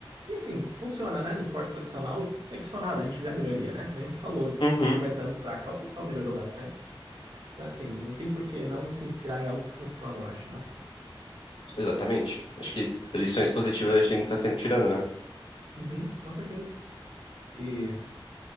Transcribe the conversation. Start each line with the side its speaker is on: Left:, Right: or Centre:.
Right: E assim, funciona, né? No esporte tradicional tem funcionado, a gente vê a melhoria, né? Que nem você falou, de
Left: Uhum,
Right: 50 anos pra cá o pessoal melhorou bastante. Então, assim, não tem por que não se inspirar em algo que funciona, eu acho, né?
Left: exatamente. Acho que lições positivas a gente tem que estar sempre tirando, né?
Right: Uhum, com certeza. E